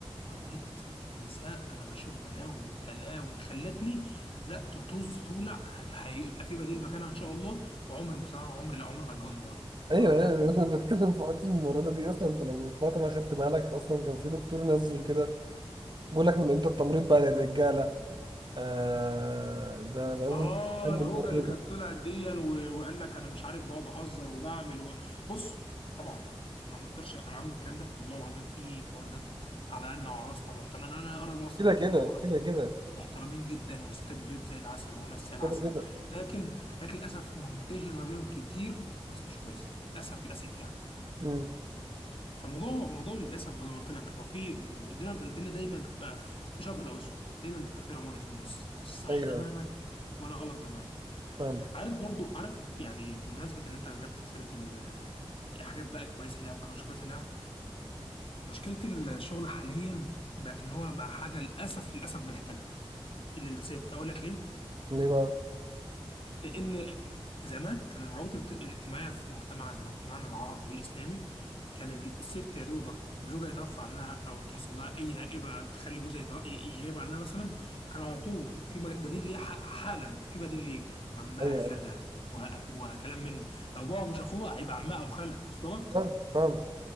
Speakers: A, on the left; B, on the right.
A: التمريض في النساء انا بشوف بلاوي بلاوي خلتني لا تطز تولع هيبقى في بديل مكانها ان شاء الله وعمري بصراحه عمري لا عمري ما اتجوز المرض
B: ايوه
A: بصراحه
B: ايوه
A: يعني
B: انا بتكلم في حته الممرضه دي اصلا انت لو من فتره خدت بالك اصلا كان في دكتور نزل كده بيقول لك من امتى التمريض بقى للرجاله آه ده لازم
A: اه
B: يكون
A: الهوجه
B: ممرضه
A: اللي كانت طلعت دي و- وقال لك انا مش عارف بقعد اهزر وبعمل و... بص طبعا ما اقدرش اعمم الكلام ده والله العظيم في مواردات على قدنا وعلى راسنا محترمين انا اقرب اصلا
B: كده
A: كتير
B: كده
A: مواردات
B: كده كده
A: محترمين جدا واستاد بيوت زي العسل وناس زي العسل
B: كده كده
A: لكن لكن للاسف منتشر ما بينهم كتير ناس مش كويسه للاسف للاسف يعني
B: امم
A: فالموضوع موضوع للاسف زي ما قلت لك هو في الدنيا الدنيا دايما بتبقى في شبق او اسود دايما بتبقى في رمادي في النص مش صح
B: ايوه
A: تماما
B: ايوه
A: ولا غلط تماما
B: فاهم
A: عارف برضو عارف يعني بمناسبة ان انت جبت سيرة ال يعني حاجات بقى كويسة لها ومش كويسة لها مشكلة الشغل حاليا بقت ان هو بقى حاجة للأسف للأسف بنحتاجها للست اقول لك ليه
B: ليه بقى
A: لان زمان كان الروابط الاجت- الاجتماعيه في مجتمع زي مجتمعنا العربي والاسلامي كان الست يا دوبك زوجها يتوفى عنها او تحصل لها اي نائبه تخلي جوزها يتو- يغيب عنها مثلا كان على طول في م- بديل ليها ح- حالا في بديل ليه عمها
B: ايوه
A: خالها
B: ايوه
A: ابوها ابوها كلام من ده لو ابوها مش اخوها هيبقى عمها او خالها وصل لك
B: فاهم فاهم